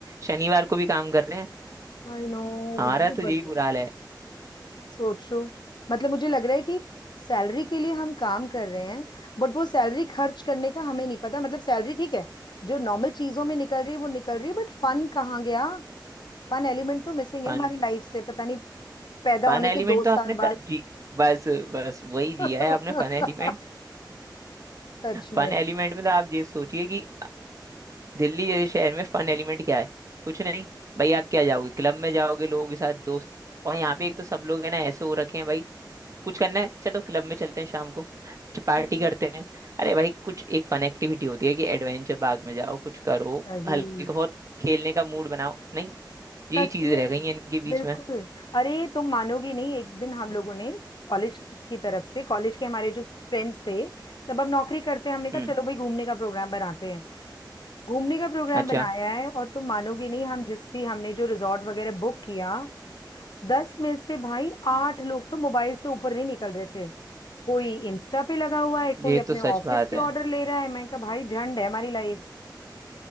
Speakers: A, on the right; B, on the left.
A: शनिवार को भी काम कर रहे हैं
B: I know
A: हमारा
B: यार
A: तो यही
B: बट
A: बुरा हाल है
B: सोचो मतलब मुझे लग रहा है कि सैलरी के लिए हम काम कर रहे हैं बट वो सैलरी खर्च करने का हमें नहीं पता मतलब सैलरी ठीक है जो नॉर्मल चीजों में निकल रही है वो निकल रही है बट फन कहाँ गया फन एलिमेंट तो मिसिंग
A: फन
B: है हमारी लाइफ से पता नहीं पैदा
A: फन
B: होने
A: एलिमेंट
B: के दो साल
A: तो आपने
B: बाद
A: क- जी बस बस वही जिया
B: सच
A: है आपने फन एलिमेंट
B: में
A: फन एलिमेंट में तो आप ये सोचिए कि दिल्ली जैसे शहर में फन एलिमेंट क्या है कुछ नहीं भाई आप क्या जाओगे क्लब में जाओगे लोगों के साथ दोस्त और यहाँ पे एक तो सब लोग है ना ऐसे हो रखे हैं भाई कुछ करना है चलो क्लब में चलते हैं शाम को पार्टी
B: हम्म,
A: करते हैं अरे भाई कुछ एक फन एक्टिविटी होती है कि एडवेंचर पार्क में जाओ कुछ करो
B: सही
A: हल्का बहुत खेलने का मूड बनाओ नहीं यही
B: सच
A: चीजें
B: में
A: रह गई हैं इनके बीच
B: बिल्कुल
A: में
B: अरे तुम मानोगी नहीं एक दिन हम लोगों ने कॉलेज की तरफ से कॉलेज के हमारे जो फ्रेंड्स थे सब अब नौकरी करते हैं हमने कहा
A: हम्म
B: चलो भाई घूमने का प्रोग्राम बनाते हैं घूमने का प्रोग्राम
A: अच्छा
B: बनाया है और तुम मानोगी नहीं हम जिस भी हमने जो रिजॉर्ट वगैरह बुक किया दस में से भाई आठ लोग तो मोबाइल से ऊपर नहीं निकल रहे थे कोई इंस्टा पे लगा हुआ है कोई
A: ये
B: अपने
A: तो सच
B: ऑफिस
A: बात
B: के
A: है
B: ऑर्डर ले रहा है मैं कहा भाई झंड है हमारी लाइफ